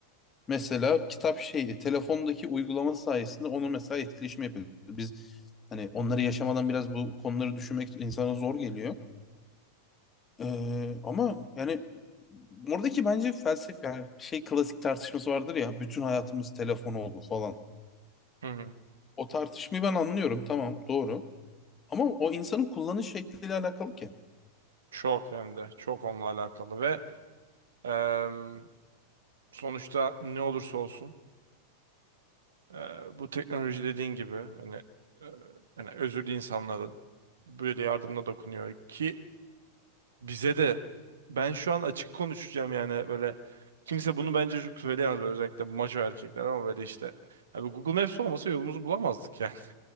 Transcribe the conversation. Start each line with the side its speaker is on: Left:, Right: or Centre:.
Left: Mesela kitap şeyi telefondaki uygulama sayesinde onu mesela etkileşim yapıyor. Biz hani onları yaşamadan biraz bu konuları düşünmek insana zor geliyor. Ee, ama yani oradaki bence felsefe yani şey klasik tartışması vardır ya bütün hayatımız telefon oldu falan.
Right: Hı hı.
Left: O tartışmayı ben anlıyorum tamam doğru. Ama o insanın kullanış şekliyle alakalı ki.
Right: Çok hem de çok onunla alakalı ve em, sonuçta ne olursa olsun e, bu teknoloji dediğin gibi hani e, hani özürlü insanların böyle yardımına dokunuyor ki Bize de ben şu an açık konuşacağım yani böyle kimse bunu bence çok söyleyemez böyle özellikle bu maço erkekler ama böyle işte abi Google Maps olmasa yolumuzu bulamazdık yani.